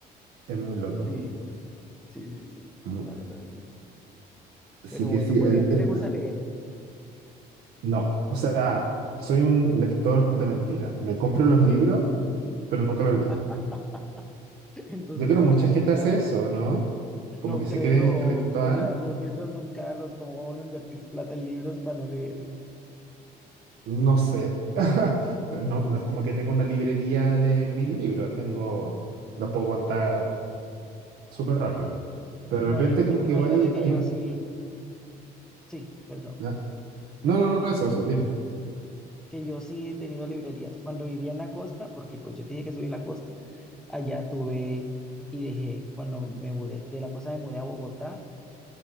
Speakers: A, on the right; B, in the centre.
A: Es muy loco.
B: Sí, sí, sí, sí. sí.
A: Mu-
B: La verdad es que sí.
A: Así
B: Pero
A: que
B: bueno,
A: sí,
B: bueno,
A: el-
B: ¿y a ti
A: el-
B: te gusta leer?
A: no, o sea, soy un lector de mentiras. Me compro los libros, pero nunca los leo.
B: <laughs> Entonces,
A: Yo creo
B: ¿para
A: que mucha
B: qué
A: gente
B: los compras?
A: hace eso, ¿no? Como
B: No
A: que se
B: creo,
A: creen intelectual.
B: o sea, los libros son caros, ¿cómo va uno a invertir plata en libros para no leerlos?
A: No sé. <laughs> Pero no, no es como que tenga una librería de mil libros. Tengo, los puedo contar súper rápido. Pero
B: No,
A: de repente
B: yo, me-
A: como
B: imagínate
A: que va ahí,
B: que
A: hay
B: yo
A: un...
B: sí, sí, perdón.
A: na- No, no, no, eso, eso, dime.
B: que yo sí he tenido librerías. Cuando vivía en la costa, porque pues yo te dije que soy de la costa, allá tuve y dejé. Cuando me mudé, de la costa me mudé a Bogotá.